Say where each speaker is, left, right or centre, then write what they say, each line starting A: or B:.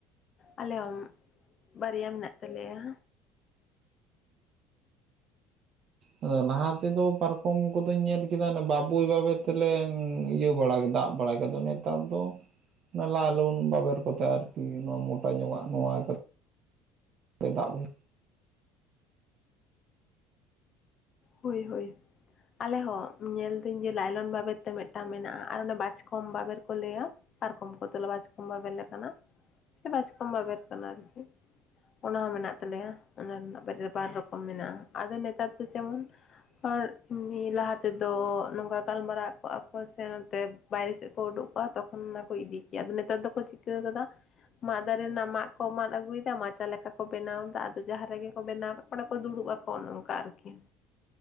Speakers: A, on the left; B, on the right.
A: ᱟᱞᱮ ᱦᱚᱸ ᱵᱟᱨᱭᱟ ᱢᱮᱱᱟᱜ ᱛᱟᱞᱮᱭᱟ᱾
B: ᱦᱩᱸ ᱟᱫᱚ ᱞᱟᱦᱟ ᱛᱮᱫᱚ ᱯᱟᱨᱠᱚᱢ ᱠᱚᱫᱚᱧ ᱧᱮᱞ ᱠᱮᱫᱟ ᱵᱟᱵᱩᱭ ᱵᱟᱵᱮᱨ ᱛᱮᱞᱮ ᱤᱭᱟᱹ ᱵᱟᱲᱟ ᱠᱮᱫᱟ ᱫᱟᱵ ᱵᱟᱲᱟ ᱟᱫ ᱫᱚ ᱱᱮᱛᱟᱨ ᱫᱚ ᱞᱟᱭ ᱞᱳᱱ ᱵᱟᱵᱮᱨ ᱠᱚᱛᱮ ᱟᱨᱠᱤ ᱱᱚᱣᱟ ᱢᱚᱴᱟ ᱧᱚᱜᱟᱜ ᱱᱚᱣᱟ ᱠᱟ ᱫᱟᱜ ᱵᱚᱝ
A: ᱦᱳᱭ ᱦᱳᱭ ᱟᱞᱮ ᱦᱚᱸ ᱧᱮᱞ ᱫᱟᱹᱧ ᱡᱮ ᱞᱟᱭᱞᱚᱱ ᱵᱟᱵᱮᱨ ᱛᱮ ᱢᱮᱫᱴᱟᱝ ᱢᱮᱱᱟᱜ-ᱟ ᱟᱨ ᱚᱱᱮ ᱵᱟᱪᱠᱚᱢ ᱵᱟᱵᱮᱨ ᱠᱚ ᱞᱟᱹᱭᱟ ᱯᱟᱨᱠᱚᱢ ᱠᱚ ᱛᱚᱞᱮ ᱵᱟᱪᱠᱚᱢ ᱵᱟᱵᱮᱨ ᱞᱮᱠᱟᱱᱟᱜ ᱵᱟᱪᱠᱚᱢ ᱵᱟᱵᱮᱨ ᱠᱟᱱᱟ ᱟᱨᱠᱤ, ᱚᱱᱟ ᱦᱚᱸ ᱢᱮᱱᱟᱜ ᱛᱟᱞᱮᱭᱟ ᱚᱱᱟ ᱨᱮᱱᱟᱜ ᱵᱟᱨᱭᱟ ᱨᱮ ᱵᱟᱨ ᱨᱚᱠᱚᱢ ᱢᱮᱱᱟᱜ-ᱟ ᱟᱫᱚ ᱱᱮᱛᱟᱨ ᱫᱚ ᱡᱮᱢᱚᱱ
B: <inaudible>
A: ᱟᱨ ᱱᱤᱭᱟᱹ ᱞᱟᱦᱟ ᱛᱮᱫᱚ ᱱᱚᱝᱠᱟ ᱜᱟᱞᱢᱟᱨᱟᱣ ᱠᱚᱜ-ᱟ ᱠᱚ ᱥᱮ ᱱᱚᱛᱮ ᱵᱟᱭᱨᱮ ᱥᱮᱜ ᱠᱚ ᱩᱰᱩᱠ ᱠᱚᱜ-ᱟ ᱛᱚᱠᱷᱚᱱ ᱚᱱᱟ ᱠᱚ ᱤᱫᱤ ᱠᱮᱭᱟ ᱟᱫᱚ ᱱᱮᱛᱟᱨ ᱫᱚᱠᱚ ᱪᱤᱠᱟᱹ ᱠᱟᱫᱟ? ᱢᱟᱫ ᱫᱟᱨᱮ ᱨᱮᱱᱟᱜ ᱢᱟᱜ ᱠᱚ ᱢᱟᱫ ᱟᱹᱜᱩᱭᱮᱫᱟ ᱢᱟᱪᱟ ᱞᱮᱠᱟ ᱠᱚ ᱵᱮᱱᱟᱣ ᱮᱫᱟ ᱟᱫᱚ ᱡᱟᱦᱟᱸ ᱨᱮᱜᱮ ᱠᱚ ᱵᱮᱱᱟᱣ ᱚᱸᱰᱮ ᱠᱚ ᱫᱩᱲᱩᱵ ᱟᱠᱚ ᱚᱱᱮ ᱚᱝᱠᱟ ᱟᱨᱠᱤ᱾